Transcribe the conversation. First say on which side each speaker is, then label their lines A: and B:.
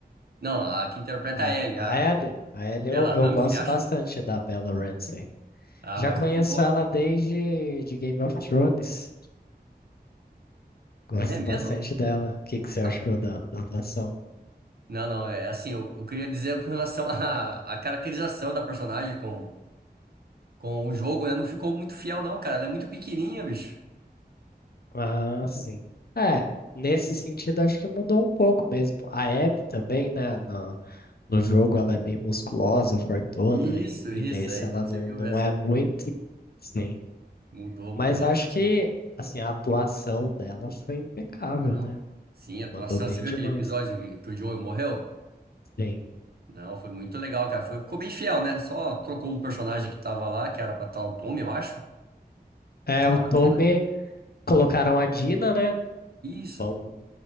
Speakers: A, on the right (about 65°); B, on the left (about 65°).
A: Não, a que interpreta
B: a,
A: é a Ellie,
B: a
A: a
B: Ellie, a Ellie
A: Bella
B: eu, eu
A: Ramsey,
B: gosto
A: acho.
B: bastante da Bella Ramsey.
A: Ah,
B: Já
A: mas
B: conheço
A: não ficou.
B: ela desde de Game of Thrones. Gosto
A: É mesmo?
B: bastante dela. O que que você achou
A: Ah,
B: da, da atuação?
A: Não, não, é assim, eu, eu queria dizer com relação <laughs> à à caracterização da personagem com, com o jogo, né? Não ficou muito fiel, não, cara. Ela é muito pequenininha, bicho.
B: Ah, sim. É, nesse sentido acho que mudou um pouco mesmo. A Abby também, né, na, no jogo ela é bem musculosa, fortuna,
A: Isso,
B: e,
A: isso,
B: e nesse
A: é. Então
B: ela
A: você
B: não,
A: viu
B: não
A: mesmo.
B: é muito. Sim.
A: Mudou,
B: Mas
A: mudou bastante.
B: acho que, assim, a atuação dela foi impecável,
A: Não.
B: né?
A: Sim, a atuação.
B: Mandou bem
A: Você viu
B: demais.
A: aquele episódio que, que o Joel morreu?
B: Sim.
A: Não, foi muito legal, cara. Foi, ficou bem fiel, né? Só trocou um personagem que tava lá, que era pra tal Tommy, eu acho,
B: É,
A: mas tava
B: o Tommy,
A: a Tina.
B: colocaram a Dina, né?
A: Isso,
B: Vão